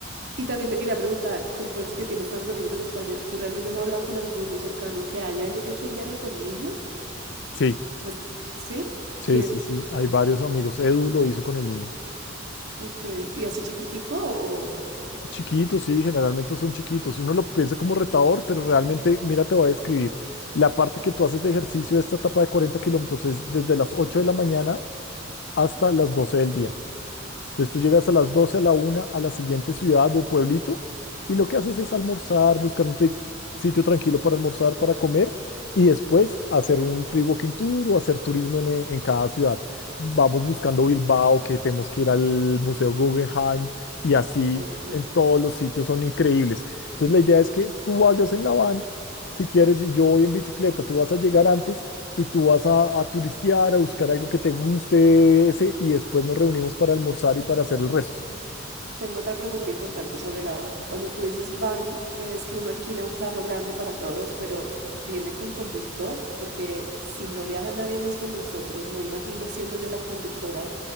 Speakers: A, on the right (about 60°); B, on the left (about 65°).
A: Y también te quería preguntar, tú pues que tienes tantos amigos en España, ¿tú realmente has hablado con alguno cercano que haya el- hecho el viaje con niños?
B: Sí,
A: Pues, ¿sí?
B: sí,
A: ¿Quién?
B: sí, sí, hay varios amigos. Edu lo hizo con el niño.
A: Okay. ¿Y así chiquitico o...?
B: Chiquitos, sí, generalmente son chiquitos. Uno lo piensa como retador, pero realmente, mira, te voy a describir. La parte que tú haces de ejercicio de esta etapa de 40 kilómetros es desde las 8 de la mañana hasta las 12 del día. Entonces tú llegas a las 12 a la una a la siguiente ciudad o pueblito y lo que haces es almorzar, buscar un tri- sitio tranquilo para almorzar, para comer y después hacer un free walking tour o hacer turismo en, en cada ciudad. Vamos buscando Bilbao, que tenemos que ir al Museo Guggenheim y así
A: eh,
B: en todos los sitios son increíbles. Entonces la idea es que tú vayas en la van, si quieres, y yo voy en bicicleta, tú vas a llegar antes y tú vas a, a turistear, a buscar algo que te guste ese, y después nos reunimos para almorzar y para hacer el resto.
A: tengo otra pregunta importante sobre la van. Cuando tú dices van, es que uno alquila un carro grande para todos, pero viene con conductor, porque si no viaja nadie más con nosotros, no imagino siendo yo la conductora